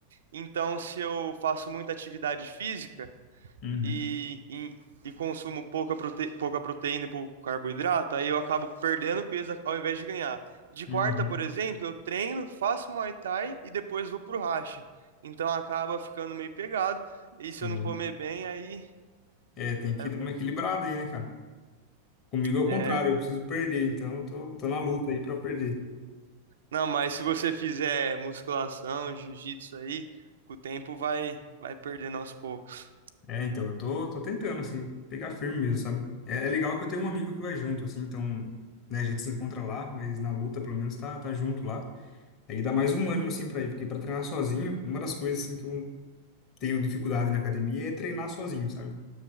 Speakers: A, on the right; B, on the left.
A: Então, se eu faço muita atividade física
B: Uhum.
A: e, e, e consumo pouca, prote, pouca proteína e pouco carboidrato, aí eu acabo perdendo peso ao invés de ganhar. De
B: Uhum.
A: quarta, por exemplo, eu treino, faço Muay Thai e depois vou pro racha. Então acaba ficando meio pegado. E
B: Sim.
A: se eu não comer bem, aí
B: É, tem que
A: é,
B: dar uma equilibrada aí, né, cara? Comigo é o
A: é
B: contrário, eu preciso perder, então eu tô, tô na luta aí pra perder.
A: Não, mas se você fizer musculação, jiu-jitsu aí, com o tempo vai vai perdendo aos poucos.
B: É, então, eu tô, tô tentando, assim, pegar firme mesmo, sabe? É, é legal que eu tenho um amigo que vai junto, assim, então, né, a gente se encontra lá, mas na luta, pelo menos, tá, tá junto lá. Aí dá mais um ânimo, assim, pra ir, porque pra treinar sozinho, uma das coisas, assim, que eu tenho dificuldade na academia é treinar sozinho, sabe?